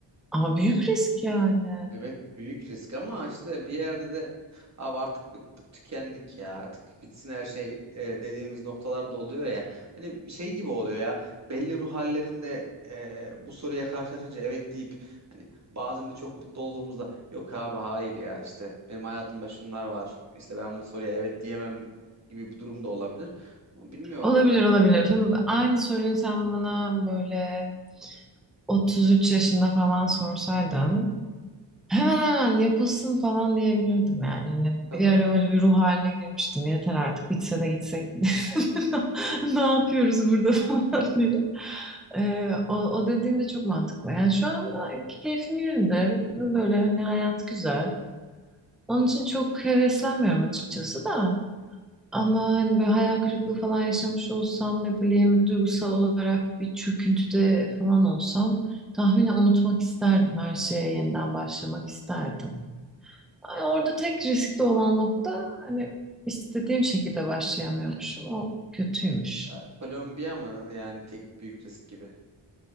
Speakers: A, in the centre; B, on the right.
A: Ama büyük risk yani.
B: Evet büyük risk ama işte bir yerde de abi artık bıktık tükendik ya artık bitsin her şey e, dediğimiz noktalarda oluyor ya. Hani şey gibi oluyor ya belli ruh hallerinde e, bu soruya karşılaşınca evet deyip hani bazen de çok mutlu olduğumuzda yok abi hayır ya işte benim hayatımda şunlar var işte ben bu soruya evet diyemem gibi bir durum da olabilir. Ama bilmiyorum
A: Olabilir
B: ne
A: olabilir. Şimdi aynı soruyu sen bana böyle 33 yaşında falan sorsaydın Hemen hemen yapılsın falan diyebilirdim yani. Hani
B: kadar.
A: bir ara öyle bir ruh haline girmiştim. Yeter artık bitse de gitsek. <laughs> Ne yapıyoruz burada <laughs> falan diye. Ee, o, o dediğin de çok mantıklı. Yani şu anda keyfim yerinde. Böyle hani hayat güzel. Onun için çok heveslenmiyorum açıkçası da. Ama hani böyle hayal kırıklığı falan yaşamış olsam ne bileyim duygusal olarak bir çöküntüde falan olsam tahminen unutmak isterdim. Her şeye yeniden başlamak isterdim. Yani orada tek riskli olan nokta hani istediğim şekilde başlayamıyormuşum. O kötüymüş.
B: Ya, Kolombiya mı yani tek büyük risk gibi.